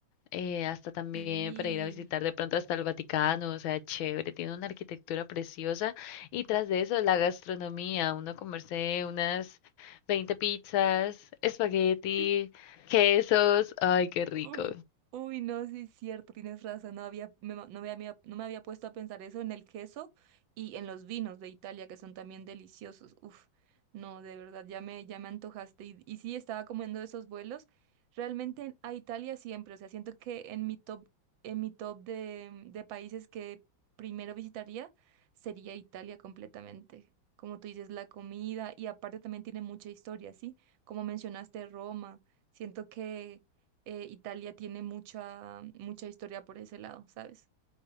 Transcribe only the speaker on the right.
Sí.
<laughs> Sí,
Uf, Uy, no, sí es cierto, tienes razón, no había, me ma- no me había, no me había puesto a pensar eso en el queso y en los vinos de Italia, que son también deliciosos. Uf, no, de verdad, ya me, ya me antojaste. Y, y sí, estaba comiendo esos vuelos. Realmente en- a Italia siempre, o sea, siento que en mi top, en mi top de, de países que primero visitaría sería Italia completamente. Como tú dices, la comida y aparte también tiene mucha historia, ¿sí? Como mencionaste Roma. Siento que eh, Italia tiene mucha, mucha historia por ese lado, ¿sabes?